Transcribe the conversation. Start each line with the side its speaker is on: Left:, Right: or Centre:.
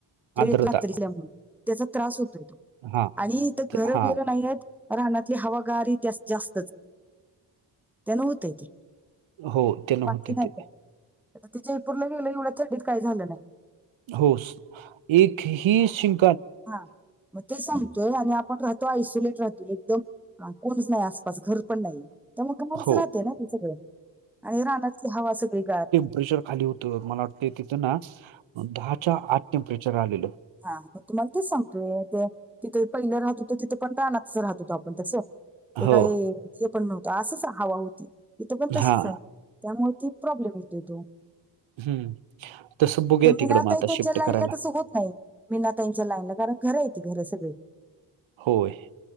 Centre: तू
Right: आर्द्रता.
Centre: येत आ तरी त्यामुळे. त्याचा त्रास होतो य तो
Right: हां,
Centre: आणि इथ घरं
Right: ते हां.
Centre: बिरं नाहीय आहेत राहनातली हवागारी. जास्तच त्यांना होतय ते
Right: हो, ते नव्हते
Centre: बाकीकी नाही
Right: ते.
Centre: का. तर ति जयपर गेलं एवढ्या छंडीत काही झालं नाही.
Right: हो एक ह शिं.
Centre: हा म ते स. आणि आपण राहतो आयसोलेट राहतो एकदम कोणच नाही आसपास घर. पण नाही त्यामुळेग घरच
Right: हो,
Centre: राहते ना ते सगळ आणि राहनाची हवा सगळी गार.
Right: प्रेशर खाली होतं मला वाटतं तिथं ना दहाच्या आत टेम्परेचर आलेलं.
Centre: हा मग तुम्हाला तेच सांगतोय ते तिथे पहिलं राहत होत तिथं पण रानातसं राहत होतो आपण तसं ते
Right: हो,
Centre: काय हे पण नव्हतं असंच हवा होती इथं पण
Right: हां,
Centre: तशीच आहे त्यामुळे ती प्रॉब्लेम येत तिथं
Right: हं. तसं बघूया
Centre: ते मी
Right: तिकडं
Centre: ना
Right: मग
Centre: ताही
Right: आता
Centre: त्यांच्या
Right: शिफ्ट
Centre: लाईन
Right: करायला.
Centre: ला तसं होत नाही. मीनातााईंच्या लाईनला कारण घरंय ती घरं सगळे
Right: होय,